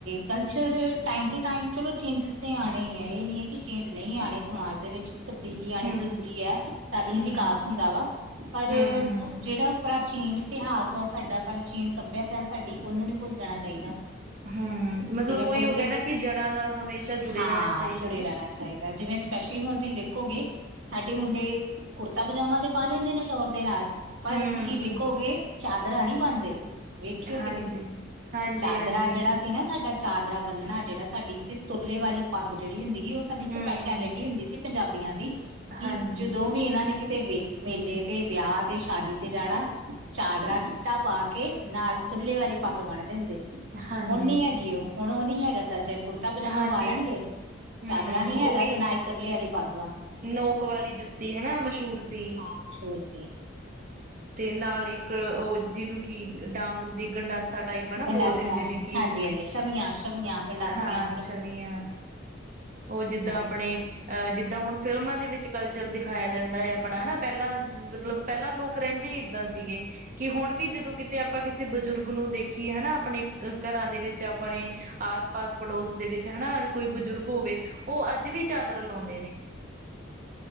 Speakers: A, on the right; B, on the right.
A: ਕਲਚਰ ਟਾਈਮ ਟੂ ਟਾਈਮ ਚਲੋ ਚੇਂਜਿਸ ਤਾਂ ਆਉਣੇ ਹੀ ਹੈ ਇਹ ਨਹੀਂ ਹੈ ਕਿ ਚੇਂਜ ਨਹੀਂ ਆਣੇ ਸਮਾਜ ਦੇ ਵਿੱਚ ਤਬਦੀਲੀ ਆਣੀ
B: ਹੂੰ
A: ਜ਼ਰੂਰੀ ਹੈ ਤਦ ਹੀ
B: ਹੂੰ,
A: ਵਿਕਾਸ ਹੁੰਦਾ ਵਾ ਪਰ
B: ਹੂੰ
A: ਜਿਹੜਾ ਪ੍ਰਾਚੀਨ ਇਤਿਹਾਸ ਵਾ ਸਾਡਾ ਪਰ ਚੀਨ ਸੱਭਿਅਤਾ ਹੈ ਸਾਡੀ ਉਹਨੂੰ ਨਹੀਂ ਭੁੱਲ ਜਾਣਾ ਚਾਹੀਦਾ
B: ਹਮ ਮਤਲਬ
A: ਜਿਵੇਂ
B: ਉਹੀ
A: ਕੁੜਤੇ
B: ਹੋ ਗਿਆ ਨਾ ਕਿ ਜੜ੍ਹਾਂ ਨਾਲ ਹਮੇਸ਼ਾ ਜੁੜੇ
A: ਹਾਂ
B: ਰਹਿਣਾ ਚਾਹੀਦਾ
A: ਜੁੜੇ
B: ਹਨਾ
A: ਰਹਿਣਾ ਚਾਹੀਦਾ ਜਿਵੇਂ ਸਪੈਸ਼ਲੀ ਹੁਣ ਤੁਸੀਂ ਵੇਖੋਗੇ ਸਾਡੇ ਮੁੰਡੇ ਕੁੜਤਾ ਪਜਾਮਾ ਤੇ ਪਾ ਲੈਂਦੇ ਨੇ ਟੋਰ ਦੇ ਨਾਲ ਪਰ
B: ਹੂੰ-ਹੂੰ,
A: ਤੁਸੀਂ ਵੇਖੋਗੇ ਚਾਦਰਾਂ ਨਹੀਂੀ ਬਣਦੇ ਵੇਖਿਓ
B: ਹਾਂਜੀ।
A: ਕਿਤੇ
B: ਹਾਂਜੀ-ਹਾਂਜੀ,
A: ਚਾਦਰਾ ਜਿਹੜਾ ਸੀ ਨਾ ਸਾਡਾ ਚਾਦਰਰਾ ਬੰਨਣਾ ਜਿਹੜਾ ਸਾਡੀ ਤੇ ਤੁਰਲੇ ਵਾਲੀ ਪੱਗ ਜਿਹੜੀ ਹੁੰਦੀਗੀ ਉਹ ਸਾਡੀ
B: ਹੂੰ,
A: ਸਪੈਸ਼ਲਿਟੀ ਹੁੰਦੀ ਸੀ ਪੰਜਾਬੀਆਂ ਦੀ ਕਿ
B: ਹਾਂਜੀ।
A: ਜਦੋਂ ਵੀ ਇਹਨਾਂ ਨੇ ਕਿਤੇੇ ਮੇਲੇ ਤੇ ਵਿਆਹ ਤੇ ਸ਼ਾਦੀ ਤੇ ਜਾਣਾ ਚਾਦਰਰਾਾਂ ਚਾ ਪਾ ਕੇ ਨਾਲ ਤੁਰਲੇ ਵਾਲੀ ਪੱਗ ਬਣਦੇ ਹੁੰਦੇ ਸੀ
B: ਹਾਂਜੀ,
A: ਹੁਣ ਨੀ ਹੈਗੀ ਉਹ ਹੁਣ ਉਹ ਨੀ ਹੈਗਾ ਕਲਚਰ ਕੁੜ ਤਾ ਪਜਾਮਾ
B: ਹਾਂਜੀ,
A: ਪਾ ਲੈਣਗੇ ਚਾਦਰਰਾਾਂ
B: ਹੂੰ
A: ਨੀ ਹੈਗਾ
B: ਉਹੀ
A: ਤੇ ਨਾ ਹੀ ਤੁਰਲੇ ਵਾਲੀ ਪਾੱਗਵਾਂ
B: ਨੋਕ ਵਾਲੀ ਜੁੱਤੀ ਹਨਾ ਮਸ਼ਹੂਰ ਸੀ
A: ਬਸੀ
B: ਤੇ ਨਾਲ ਇੱਕ ਉਹ ਜਿਹਨੂੰ ਕਿ ਡਾਂਗ ਹੁੰਦੀ ਗੰਡਾਸਾ ਟਾਈਪ ਆਪ ਨਾ
A: ਗੰਡਾਸਾ
B: ਬੋਲ ਦਿੰਦੇ ਨੇ ਕਿ
A: ਹਾਂਜੀ ਹਾਂਜੀ ਛਵੀਆਂ ਛਵੀਆਂ ਗੰਡਾਸੀਆਂ
B: ਹਾਂ ਛਵੀਆਂ ਉਹ ਜਿੱਦਾਂ
A: ਹਾਂ
B: ਆਪਣੇ ਅ ਜਿੱਦਾਂ ਹੁਣ ਫਿਲਮਾਂ ਦੇ ਵਿੱਚ ਕਲਚਰ ਦਿਖਾਇਆ ਜਾਂਦਾ ਹੈ ਆਪਣਾ ਹਨਾ ਪਹਿਲਾਂ ਮਤਲਬ ਪਹਿਲਾਂ ਲੋਕ ਰਹਿੰਦੇ ਹੀ ਇੱਦਾਂ ਸੀਗੇ ਕਿ ਹੁਣ ਵੀ ਜਦੋਂ ਕਿਤੇ ਆਪਾਂ ਕਿਸੇ ਬਜ਼ੁਰਗ ਨੂੰ ਦੇਖੀਏ ਹਨਾ ਆਪਣੇ ਘਰਾਂ ਦੇ ਵਿੱਚ ਆਪਣੇ ਆਸ ਪਾਸ ਪੜੋਸ ਦੇ ਵਿੱਚ ਹੈਨਾ ਕੋਈ ਬਜ਼ੁਰਗ ਹੋਵੇ ਉਹ ਅੱਜ ਵੀ ਚਾਦਰ ਲਾਉਂਦੇ ਨੇ।